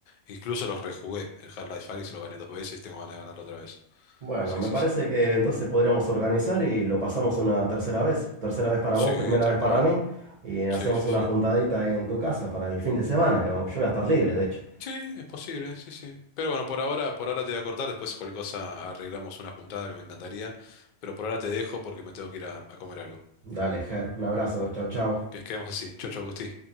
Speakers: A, on the left (about 70°); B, on the right (about 40°).
A: incluso los rejugué. El Half-Life Alyx lo gané dos veces y tengo ganas de ganarlo otra vez.
B: Bueno,
A: Sí,
B: me
A: sí,
B: parece
A: sí.
B: que entonces podríamos organizar y lo pasamos una tercera vez. Tercera vez para
A: Sí,
B: vos, primera
A: tal
B: vez para
A: cual.
B: mí. Y hacemos
A: Sí, sí,
B: una
A: sí.
B: juntadita ahí en tu casa para el fin de semana, que vamos- yo voy a estar libre, de hecho.
A: Sí, es posible, sí, sí. Pero bueno, por ahora, por ahora te voy a cortar, después cualquier cosa arreglamos una juntada que me encantaría, pero por ahora te dejo porque me tengo que ir a, a comer algo.
B: Dale, Ger, un abrazo, chau, chau.
A: Que quedamos así. Chau, chau, Agustín.